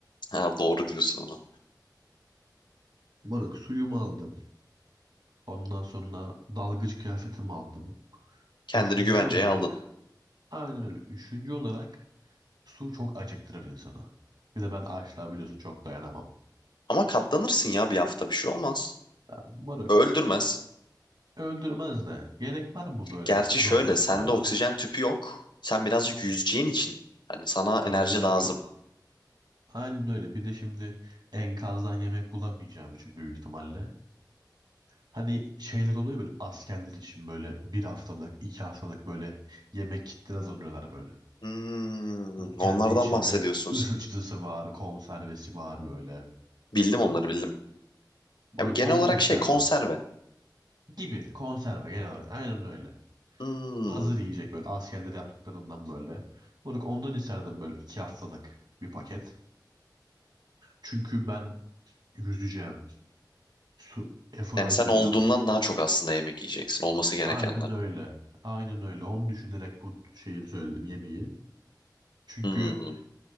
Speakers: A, on the left; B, on the right.
A: Ha, doğru diyorsun ona.
B: Moruk suyumu aldım. Ondan sonra dalgıç kıyafetimi aldım.
A: Kendini
B: Üçüncü
A: güvenceye
B: olarak
A: aldın.
B: aynen öyle. Üçüncü olarak su çok acıktırır insanı. Bir de ben açlığa biliyorsun çok dayanamam.
A: Ama katlanırsın ya bir hafta bir şey olmaz.
B: Ya, moruk
A: Öldürmez.
B: öldürmez de gerek var mı böyle
A: Gerçi
B: zorlanmaya?
A: şöyle sende oksijen tüpü yok. Sen birazcık yüzeceğin için hani sana enerji
B: Yorulacağım
A: lazım.
B: çok. Aynen öyle. Bir de şimdi enkazdan yemek bulamayacağım için büyük ihtimalle. Hani şeyler oluyor böyle askerler için böyle bir haftalık, iki haftalık böyle yemek kitleri hazırlıyorlar böyle.
A: Hmm,
B: Kendi
A: onlardan
B: içinde
A: bahsediyorsunuz.
B: ısıtıcısı var, konservesi var böyle.
A: Bildim onları bildim.
B: Bunu-
A: Ya genel
B: Ondan
A: olarak
B: isterdim.
A: şey konserve.
B: Gibi konserve genel olarak aynen öyle.
A: Hmm,
B: Hazır yiyecek böyle askerler yaptıklarından böyle. Moruk ondan isterdim böyle iki haftalık bir paket. Çünkü ben yüzeceğim, su, efor
A: yani
B: harcayacağım.
A: sen olduğundan daha çok aslında yemek yiyeceksin. Olması gerekenden.
B: Aynen öyle. Aynen öyle. Onu düşünerek bu şeyi söyledim yemeği. Çünkü
A: Hmm.